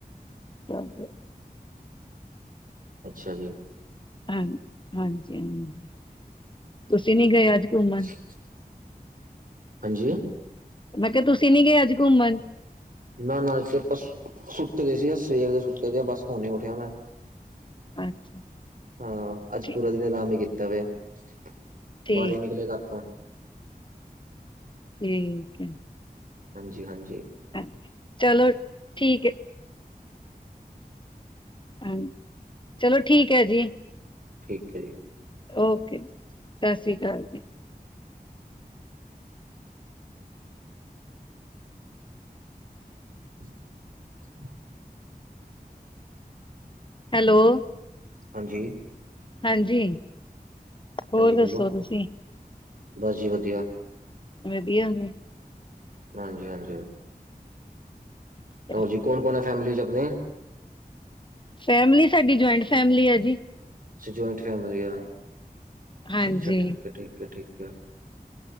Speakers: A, on the left; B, on the right.
A: <unintelligible>
B: ਅੱਛਾ ਜੀ।
A: ਹਨ, ਹਾਂਜੀ-ਹਾਂਜੀ, ਤੁਸੀਂ ਨੀ ਗਏ ਅੱਜ ਘੁੰਮਣ?
B: <inaudible> ਹਾਂਜੀ
A: ਮੈਂ ਕੇਆ ਤੁਸੀਂ ਨੀ ਗਏ ਅੱਜ ਘੁੰਮਣ?
B: ਨਾ-ਨਾ, ਅੱਜ ਤੇ ਪਸ ਸੁੱਤੇ ਦੇ ਸੀ ਅੱਜ ਸਵੇਰੇ ਦੇ ਸੁੱਤੇ ਦੇ ਆ, ਬਸ ਹੁਣੇ ਉਠੇਆ ਮੈਂ।
A: ਅੱਛਾ।
B: ਹਾਂ, ਅੱਜ
A: ਠੀਕ
B: ਪੂਰਾ ਦਿਨ ਆਰਾਮ ਈ ਕੀਤਾ ਵੇ, <inaudible>
A: ਠੀਕ
B: ਬਾਰ ਈ ਨੀ ਨਿਕਲੇ ਕਾਰ ਤੋਂ।
A: ਠੀਕ ਏ।
B: ਹਾਂਜੀ-ਹਾਂਜੀ।
A: ਹਾਂਜੀ, ਚਲੋ ਠੀਕ ਏ। ਹਨ, ਚਲੋ ਠੀਕ ਐ ਜੀ।
B: ਠੀਕ ਐ ਜੀ।
A: ਓਕੇ ਜੀ, ਸਤਿ ਸ਼੍ਰੀ ਕਾਲ ਜੀ।
B: <inaudible>
A: ਹੈਲੋ
B: ਹਾਂਜੀ
A: <inaudible> ਹਾਂਜੀ। ਹੋਰ
B: ਹਾਂਜੀ ਬੋਲੋ,
A: ਦੱਸੋ ਤੁਸੀਂ
B: ਬਸ ਜੀ ਵਧੀਆ।
A: ਵਧੀਆ ਵੇ।
B: ਹਾਂਜੀ-ਹਾਂਜੀ।
A: ਹੈ
B: ਔਰ ਜੀ ਕੋਣ-ਕੋਣ ਐ ਫੈਮਿਲੀ ਚ ਅਪਣੇ?
A: ਫੈਮਿਲੀ ਸਾਡੀ ਜੁਆਇੰਟ ਫੈਮਿਲੀ ਐ ਜੀ।
B: ਅੱਛਾ ਜੁਆਇੰਟ ਫੈਮਿਲੀ ਆ, ਅੱਛਾ-ਅੱਛਾ,
A: ਹਾਂਜੀ
B: ਠੀਕੈ-ਠੀਕੈ- ਠੀਕੈ।